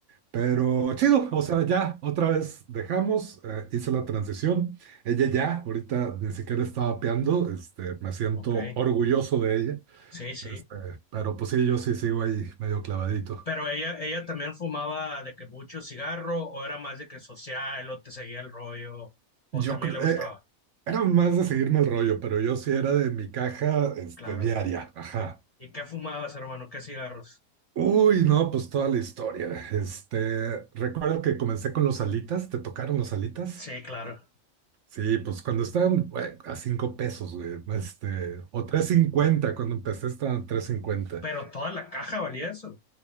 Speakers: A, on the right; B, on the left.
A: Pero chido, o sea, ya otra vez dejamos, eh, hice la transición. Ella ya, ahorita ni siquiera está vapeando, este, me siento
B: Ok.
A: orgulloso de ella,
B: Sí, sí.
A: este, pero pues sí, yo sí sigo ahí medio clavadito.
B: Pero ella, ella también fumaba de que mucho cigarro, o era más de que social, o te seguía el rollo, o
A: Yo
B: también
A: cre-
B: le gustaba.
A: eh, era más de seguirme el rollo, pero yo sí era de mi caja, este,
B: Claro.
A: diaria, ajá.
B: ¿Y qué fumabas, hermano? ¿Qué cigarros?
A: Uy, no, pues toda la historia. Este, recuerdo que comencé con los alitas, ¿te tocaron los alitas?
B: Sí, claro.
A: Sí, pues cuando estaban güey, a cinco pesos, güey, este, o tres cincuenta cuando empecé estaban a tres cincuenta.
B: Pero toda la caja valía eso.